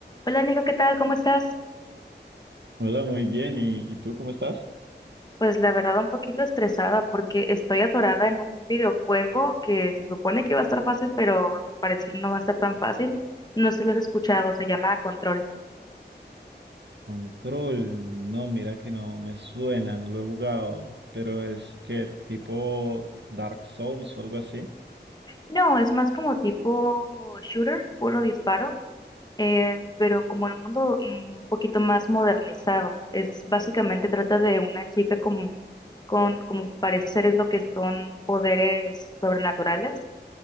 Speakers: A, on the left; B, on the right.
A: Hola Nico, ¿qué tal? ¿Cómo estás?
B: Hola, muy bien. ¿Y, y tú cómo estás?
A: Pues la verdad un poquito estresada porque estoy atorada en un videojuego que se supone que va a estar fácil, pero al parecer no va a estar tan fácil. No sé si lo has escuchado, se llama Control.
B: Control, no, mira que no me suena, no lo he jugado, pero es que tipo Dark Souls o algo así.
A: No, es más como tipo shooter, puro disparo, eh, pero como en un mundo mm, un poquito más modernizado. Es básicamente trata de una chica con, con, como parece ser es lo que son poderes sobrenaturales